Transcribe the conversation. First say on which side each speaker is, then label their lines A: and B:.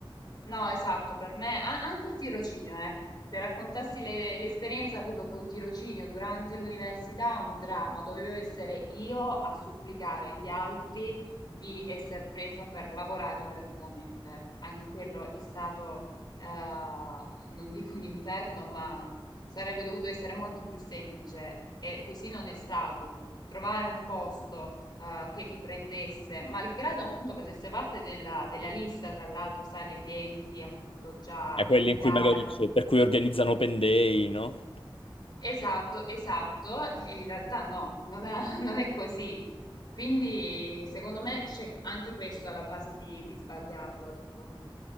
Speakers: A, on the left; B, on the left.
A: No, esatto, per me a- anche il tirocinio, eh. Se raccontassi le- l'esperienza avuto col tirocinio durante l'università, un dramma, dovevo essere io a supplicare gli altri di essere presa per lavorare gratuitamente. Anche quello è stato, eh, non dico un inferno, ma sarebbe dovuto essere molto più semplice e così non è stato. Trovare un posto eh, che ti prendesse, malgrado appunto facesse parte della, della lista, tra l'altro, sai, degli enti appunto già
B: È
A: accreditati.
B: quelle in cui magari c'è, per cui organizzano open day, no?
A: Esatto, esatto, e in realtà no, non è, <laughs> non è così. Quindi secondo me c'è anche questo alla base di, di sbagliato, ecco.